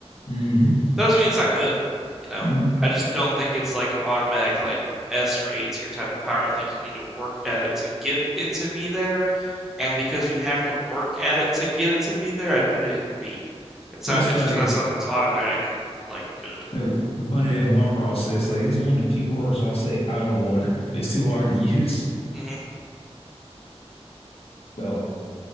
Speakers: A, on the left; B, in the centre.
A: hmm
B: That doesn't mean it's not good, you know.
A: hmm
B: I just don't think it's like an automatic like S or A tier type of power. I think you need to work at it to get it to be there, and because you have to work at it to get it to be there, I'd put it in B. It's
A: It
B: not.
A: was funny.
B: It's just not something that's automatic and like good.
A: That it's funny that one fraud says like this is one of the few quirks where I say I don't want it. It's too hard to <laughs> use.
B: hmm
A: So